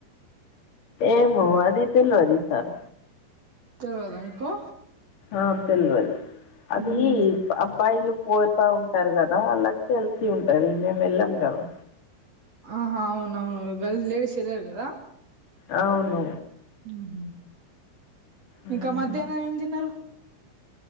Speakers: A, on the left; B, on the right.
A: ఏమో అది తెలువదు ఈ సార్
B: తెల్వదా మీకు
A: ఆ తెల్వది అది
B: ఉహు.
A: అబ్బాయిలు పోతా ఉంటారు గదా, అలాగ తెలిసి ఉంటది. మేము వెళ్ళాం గదా
B: ఆహా అవును అవును గల్స్ లేడీస్ ఎల్ర్ గదా
A: అవును
B: మ్
A: ఉమ్.
B: ఇంకా మధ్యాహ్నం ఏం తిన్నారు.